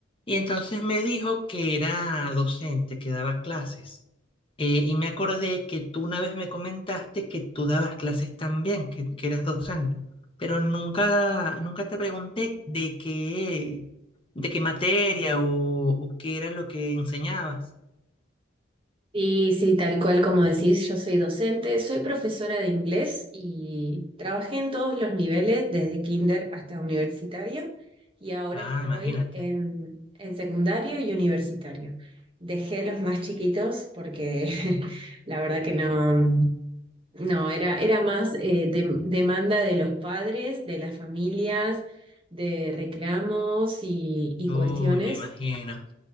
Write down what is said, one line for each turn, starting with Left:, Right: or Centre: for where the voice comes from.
Left: Y entonces me dijo que era docente, que daba clases. Eh, y me acordé que tú una vez me comentaste que tú dabas clases también, que, que eras docente, pero nunca, nunca te pregunté de qué, de qué materia o, o qué era lo que enseñabas.
Right: Sí, sí, tal cual como decís, yo soy docente, soy profesora de inglés y trabajé en todos los niveles, desde kinder hasta universitario, y ahora
Left: Ah,
Right: estoy
Left: imagínate.
Right: en, en secundario y universitario. Dejé los más chiquitos porque <laughs> la verdad que no, no, era, era más eh, de- demanda de los padres, de las familias, de reclamos y y
Left: Uy,
Right: cuestiones
Left: me imagino.